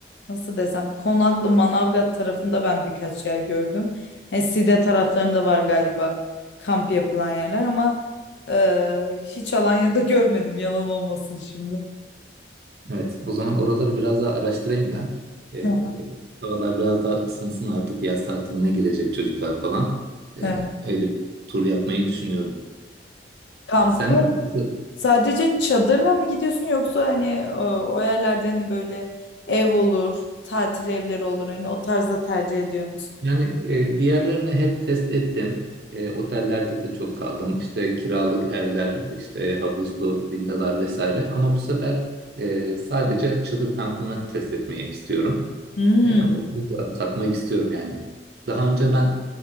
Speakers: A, on the left; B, on the right.
A: nasıl desem Konaklı Manavgat tarafında ben birkaç yer gördüm. He, Side taraflarında var galiba kamp yapılan yerler ama e, hiç Alanya'da <laughs> görmedim yalan olmasın şimdi.
B: Evet, o zaman oraları biraz daha araştırayım ben. Ee,
A: Hı,
B: havalar biraz daha ısınsın artık yaz tatiline girecek çocuklar falan. Ee,
A: Evet.
B: öyle bir tur yapmayı düşünüyorum.
A: Kampı
B: Sen nasıl-
A: sadece çadırla mı gidiyorsun yoksa hani o, o yerlerde hani böyle ev olur, tatil evleri olur hani o tarzda tercih ediyor musun?
B: yani e, diğerlerini hep test ettim. E, otellerde de çok kaldım. İşte kiralık evler, işte havuzlu villalar vesaire. Ama bu sefer e, sadece çadır kampını test etmeyi istiyorum.
A: Hmm.
B: E, onu da tatmak istiyorum yani. Daha önce ben